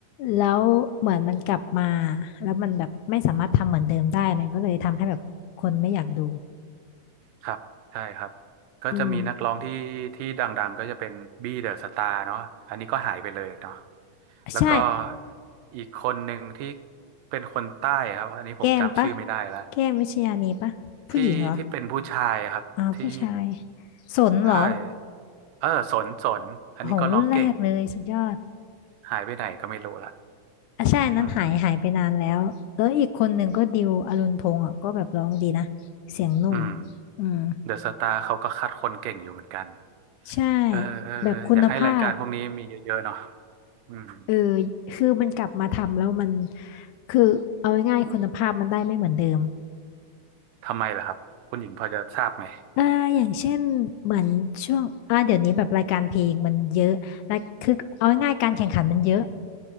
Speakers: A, on the left (about 80°); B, on the right (about 85°).
A: แล้วเหมือนมันกลับมาแล้วมันแบบไม่สามารถทำเหมือนเดิมได้มันก็เลยทำให้แบบคนไม่อยากดู
B: ครับใช่ครับก็จะมีนักร้องที่ที่ดังๆก็จะเป็นบี้เดอะสตาร์เนาะอันนี้ก็หายไปเลยเนาะ
A: อืม
B: แล้วก็
A: ใช่
B: อีกคนหนึ่งที่เป็นคนใต้ครับอันนี้ผมจำชื่อไม่ได้ละ
A: แก้มปะแก้มวิชญานีปะผู้หญิงเหรอ
B: ที่ที่เป็นผู้ชายครับที่
A: อ๋อผู้ชายสนเหรอ
B: ใช่เออสนสนอันนี้ก็ร้องเก่ง
A: โหรุ่นแรกเลยสุดยอด
B: หายไปไหนก็ไม่รู้ละ
A: อ่ะใช่อันนั้นหายหายไปนานแล้วแล้วอีกคนหนึ่งก็ดิวอรุณพงษ์อ่ะก็แบบร้องดีนะเสียงนุ่ม
B: อืมอืม
A: อืม
B: เดอะสตาร์เขาก็คัดคนเก่งอยู่เหมือนกัน
A: ใช่
B: เออเอออยากให้รายการพวกนี้มีเยอะๆเนาะ
A: แบบคุณภาพ
B: อืม
A: เออคือมันกลับมาทำแล้วมันคือเอาง่ายๆคุณภาพมันได้ไม่เหมือนเดิม
B: ทำไมล่ะครับคุณหญิงพอจะทราบไหม
A: อ่าอย่างเช่นเหมือนช่วงอ่าเดี๋ยวนี้แบบรายการเพลงมันเยอะและคือเอาง่ายๆการแข่งขันมันเยอะ